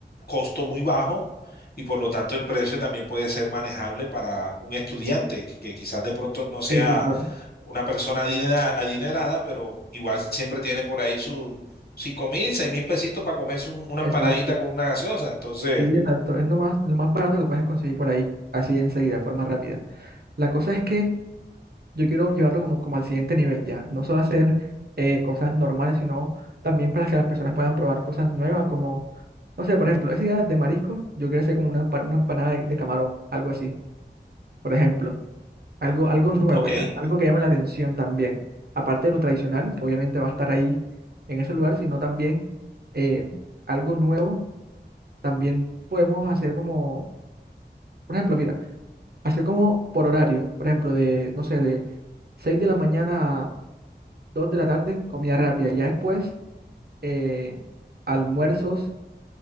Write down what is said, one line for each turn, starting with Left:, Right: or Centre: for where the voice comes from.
Left: costo muy bajo y por lo tanto el precio también puede ser manejable para un estudiante que quizás de pronto no
Right: Sí,
Left: sea
Right: sí, claro.
Left: una persona adinera- adinerada, pero igual siempre tiene por ahí sus cinco mil, seis mil pesitos para comerse un- una empanadita
Right: Exacto.
Left: con una gaseosa. Entonces,
Right: Sí, exacto. Es lo más, lo más barato que puedes conseguir por ahí, así de enseguida, de forma rápida. La cosa es que yo quiero llevarlo como, como al siguiente nivel ya. No solo hacer eh, cosas normales, sino también para que las personas puedan probar cosas nuevas, como, no sé, por ejemplo, esa idea de mariscos, yo quiero hacer como una, empa- una empanada de, de camarón, algo así, por ejemplo. Algo, algo nuevo
Left: ok,
Right: ya, algo que llame la atención también. Aparte de lo tradicional, que obviamente va a estar ahí en ese lugar, sino también eh, algo nuevo, también podemos hacer como, por ejemplo, mira. Así como por horario, por ejemplo, de, no sé, de 6 de la mañana a 2 de la tarde, comida rápida. Ya después, eh, almuerzos,